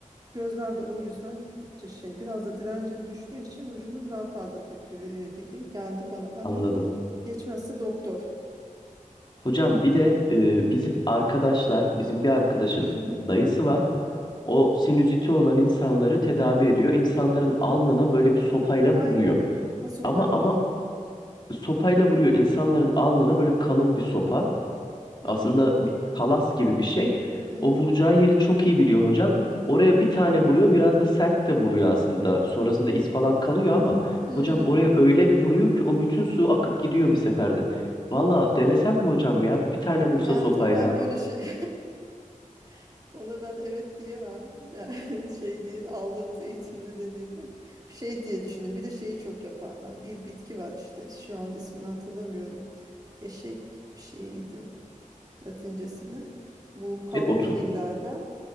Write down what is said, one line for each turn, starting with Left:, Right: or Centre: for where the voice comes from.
Right: Gözlerde o yüzden gittikçe şey biraz da direncin düştüğü için vücudun daha fazla tepki veriyor gibi geldi bana ama
Left: anladım.
Right: geçmezse doktor.
Left: Hocam bir de e, bizim arkadaşlar, bizim bir arkadaşın
Right: Hı hı.
Left: dayısı var. O sinüziti olan insanları tedavi ediyor. İnsanların alnına böyle bir sopayla
Right: Hayır.
Left: vuruyor.
Right: Ha sopayla
Left: Ama ama
Right: vuruyor.
Left: sopayla vuruyor insanların alnına böyle kalın bir sopa.
Right: Hı
Left: Aslında
Right: hı.
Left: bir kalas gibi bir şey.
Right: Hı
Left: O
Right: hı.
Left: vuracağı yeri çok iyi biliyor hocam. Oraya bir tane vuruyor, biraz da sert de vuruyor aslında. Sonrasında iz falan kalıyor ama
Right: Hı.
Left: hocam oraya öyle bir vuruyor ki o bütün su akıp gidiyor bir seferde. Valla denesem mi hocam ya? Bir tane vursa
Right: Yani
Left: sopayla
Right: tabii ben böyle şey <laughs> ona ben evet diyemem. Yani <laughs> şey değil aldığımız eğitim nedeniyle şey diye düşündüm. Bir de şeyi çok yaparlar. Bir bitki var işte şu an ismini hatırlamıyorum. Eşek bir şeyiydi Latincesini. Bu karpuzgillerden
Left: çek otu.